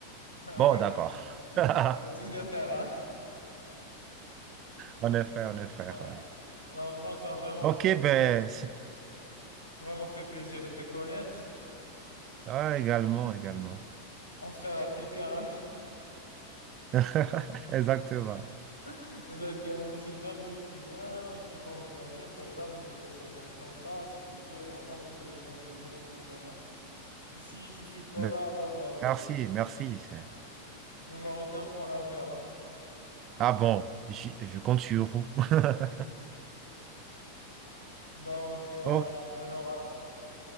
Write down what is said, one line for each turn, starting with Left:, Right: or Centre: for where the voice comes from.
Left: Ah
Right: Bon,
Left: ouais,
Right: d'accord.
Left: merci.
Right: <laughs>
Left: On est tous des frères, hein.
Right: On est frère, on est frère.
Left: Ouais.
Right: ouais.
Left: Non, Donc, ça m'a vraiment
Right: Ok,
Left: fait,
Right: ben, c'est-
Left: vraiment fait plaisir de te connaître.
Right: ah, également, également.
Left: Mon frère africain. hein.
Right: <laughs> Exactement.
Left: <laughs> Exactement. Et si jamais tu viens, tu comptes venir, t'as comme me laisser ton contact si tu veux. Genre, vraiment, t'es le bienvenu à tout moment. Ici, je suis pas
Right: Me-
Left: là, alors, euh,
Right: Merci, merci. c'est-
Left: les Marocains feront l'affaire, hein.
Right: Ah bon, j'y- je compte sur vous. <laughs>
Left: Donc, euh,
Right: Ok.
Left: alors,